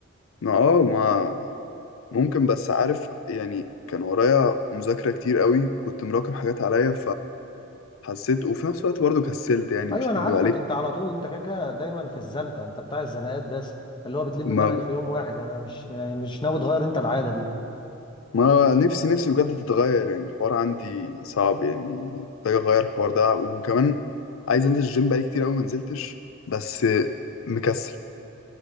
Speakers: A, on the left; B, on the left.
A: ما- اه ما ممكن بس عارف يعني كان ورايا مذاكرة كتير قوي كنت مراكم حاجات عليا فحسيت وفي نفس الوقت برضه كسلت يعني
B: ايوه
A: مش
B: انا
A: هكدب
B: عارفك
A: عليك
B: انت على طول انت كاكا دايما في الزنقه انت بتاع الزنقات بس اللي هو بتلم
A: ما
B: المنهج في يوم واحد يعني انا مش م- مش ناوي تغير انت العاده دي
A: ما نفسي نفسي بجد تتغير يعني الحوار عندي صعب يعني محتاج اغير الحوار ده وكمان عايز انزل الجيم بقالي كتير قوي ما نزلتش بس مكسل